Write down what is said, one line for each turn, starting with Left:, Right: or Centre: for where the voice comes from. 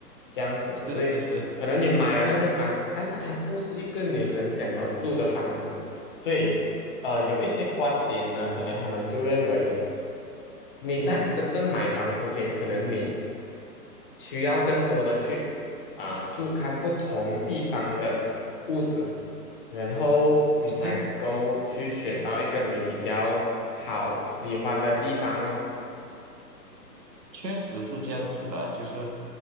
Left: 这样子，所以可能你买了那间房，
Right: 是是是，
Left: 但是它不是一个你很想要住的房子，所以呃有一些观点呢，可能他们就认为你在真正买房之前，
Right: 嗯哼，
Left: 可能你需要更多的去。啊、住看不同地方的屋子，然后你才能够去选到一个你比较好喜欢的地方哦。
Right: 是，确实是这样子的，
Left: 嗯，
Right: 就是